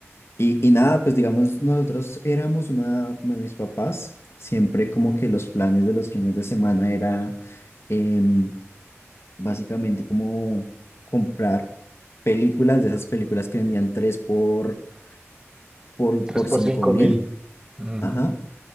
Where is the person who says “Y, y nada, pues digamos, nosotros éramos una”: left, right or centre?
Left